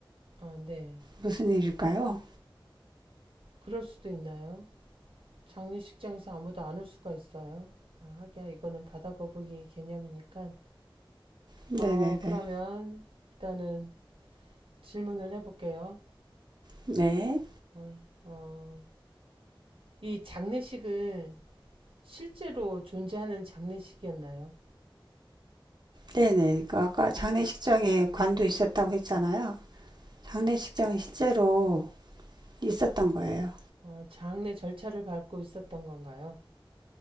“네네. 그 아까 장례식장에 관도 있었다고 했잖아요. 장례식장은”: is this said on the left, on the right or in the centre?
Right